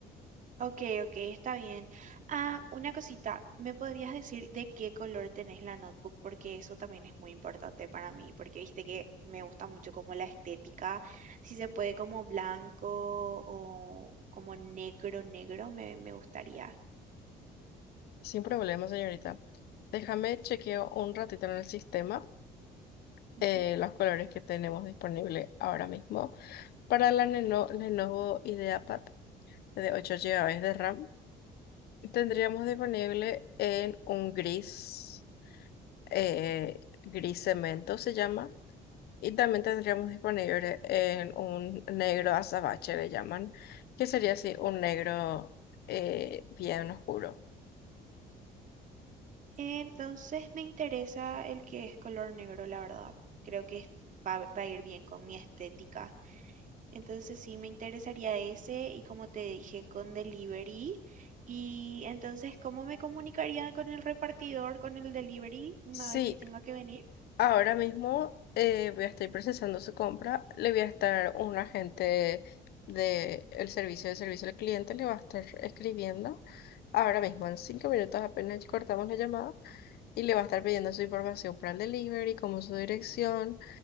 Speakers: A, on the right (about 50°); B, on the left (about 70°).
A: Ok, ok, está bien. Ah, una cosita, ¿me podrías decir de qué color tenés la notebook? Porque eso también es muy importante para mí, porque viste que me gusta mucho como la estética, si se puede como blanco o como negro, negro, me, me gustaría.
B: Sin problema, señorita. Déjame chequeo un ratito en el sistema
A: Ujú.
B: eh, los colores que tenemos disponible ahora mismo. Para la Leno- Lenovo IdeaPad de 8 gigabytes de RAM, tendríamos disponible en un gris, eh, gris cemento se llama, y también tendríamos disponible en un negro azabache, le llaman, que sería así, un negro eh, bien oscuro.
A: Entonces me interesa el que es color negro, la verdad. Creo que es- va, va a ir bien con mi estética. Entonces sí me interesaría ese y como te dije con delivery. Y entonces, ¿cómo me comunicaría con el repartidor, con el delivery, una
B: Sí,
A: vez que tenga que venir?
B: Ahora mismo eh, voy a estar procesando su compra, le voy a estar un agente del servicio de servicio al cliente, le va a estar escribiendo ahora mismo en cinco minutos apenas cortamos la llamada y le va a estar pidiendo su información para el delivery, como su dirección